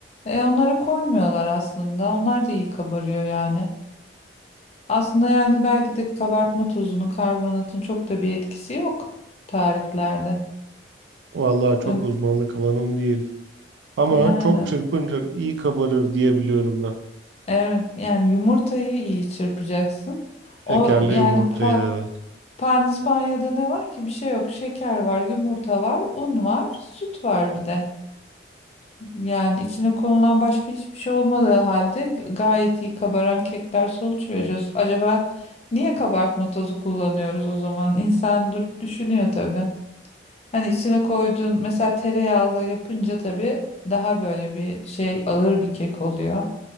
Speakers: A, on the left; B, on the right.
A: E onlara koymuyorlar aslında. Onlar da iyi kabarıyor yani. Aslında yani belki de kabartma tozunun, karbonatın çok da bir etkisi yok tariflerde.
B: Vallahi çok
A: Ön-
B: uzmanlık alanım değil. Ama
A: yani
B: çok çırpınca iyi kabarır diye biliyorum ben.
A: evet yani yumurtayı iyi çırpacaksın.
B: Şekerle
A: O yani
B: yumurtayı
A: pa
B: evet.
A: pandispanya'da ne var ki? Bir şey yok. Şeker var, yumurta var, un var, süt var bir de. Yani içine konulan başka hiçbir şey olmadığı halde gayet iyi kabaran kekler sonuç veriyoruz. Acaba niye kabartma tozu kullanıyoruz o zaman? İnsan durup düşünüyor tabii. Hani içine koyduğun mesela tereyağlı yapınca tabii daha böyle bir şey ağır bir kek oluyor.